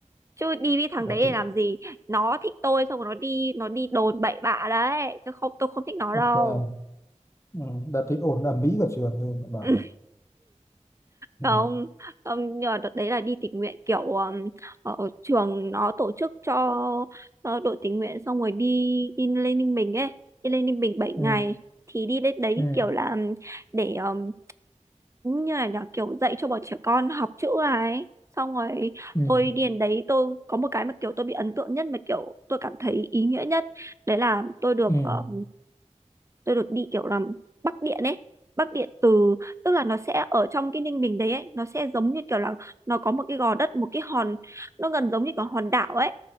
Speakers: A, on the right; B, on the left.
A: chứ đi với thằng
B: đợt
A: đấy để
B: thì
A: làm gì nó thích tôi xong rồi nó đi nó đi đồn bậy bạ đấy chứ không tôi không thích nó
B: đợt,
A: đâu
B: ờ, ừ, đợt thì ồn ầm ĩ cả trường lên mà bảo
A: <laughs>
B: này ừ.
A: không không nhờ đợt đấy là đi tình nguyện kiểu um, ở trường nó tổ chức cho ờ, đội tình nguyện xong rồi đi đi lên Ninh Bình ấy đi lên Ninh Bình bảy ngày
B: ừ
A: thì đi lên đấy
B: ừ
A: kiểu là um, để um, như là nhỏ kiểu dạy cho bọn trẻ con học chữ à ấy xong rồi
B: ừ
A: tôi đi đến đấy tôi có một cái mà kiểu tôi bị ấn tượng nhất mà kiểu tôi cảm thấy ý nghĩa nhất đấy là tôi được
B: ừ
A: ờ, tôi được đi kiểu làm Bắc Điện ấy Bắc Điện từ tức là nó sẽ ở trong cái Ninh Bình đấy ấy nó sẽ giống như kiểu là nó có một cái gò đất một cái hòn nó gần giống như cái hòn đảo ấy